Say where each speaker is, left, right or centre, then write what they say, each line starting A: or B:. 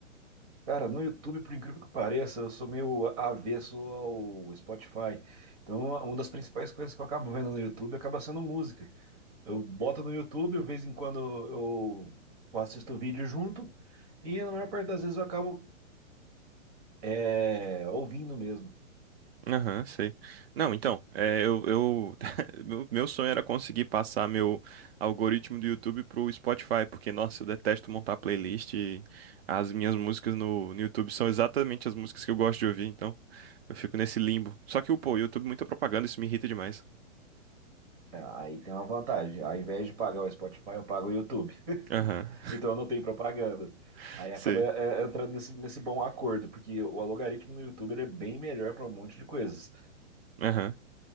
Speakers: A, on the right; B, on the right.
A: Cara, no YouTube, por incrível que pareça, eu sou meio avesso ao Spotify. Então, uma das principais coisas que eu acabo vendo no YouTube acaba sendo música. Eu boto no YouTube, de vez em quando eu eu assisto vídeo junto, e na maior parte das vezes eu acabo é, ouvindo mesmo.
B: Aham, sei. Não, então, é, eu, eu <laughs> meu meu sonho era conseguir passar meu algoritmo do YouTube pro Spotify, porque, nossa, eu detesto montar playlist e as minhas músicas no, no YouTube são exatamente as músicas que eu gosto de ouvir, então eu fico nesse limbo. Só que, pô, o YouTube é muita propaganda, isso me irrita demais.
A: É, Aí tem uma vantagem. Ao invés de pagar o Spotify, eu pago o YouTube. <laughs>
B: Aham,
A: Então eu não tenho propaganda.
B: <laughs>
A: Aí
B: sei.
A: acaba é, é, entrando nesse, nesse bom acordo, porque o algoritmo no YouTube ele é bem melhor para um monte de coisas.
B: Aham.